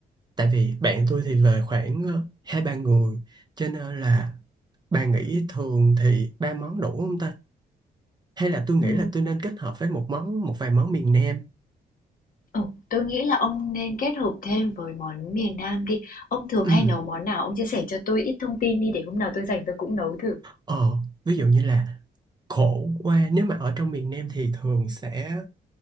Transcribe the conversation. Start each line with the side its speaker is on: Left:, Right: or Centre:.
Right: Tại vì bạn tôi thì về khoảng ờ, hai ba người cho nên là bà nghĩ thường thì ba món đủ không ta? hay là tôi nghĩ
Left: Ừ,
Right: là tôi nên kết hợp với một món một vài món miền Nam
Left: ừ, tôi nghĩ là ông nên kết hợp thêm với món miền Nam đi. Ông thường
Right: ừ.
Left: hay nấu món nào? Ông chia sẻ cho tôi ít thông tin đi để hôm nào tôi rảnh tôi cũng nấu thử.
Right: ờ ví dụ như là khổ qua nếu mà ở trong miền Nam thì thường sẽ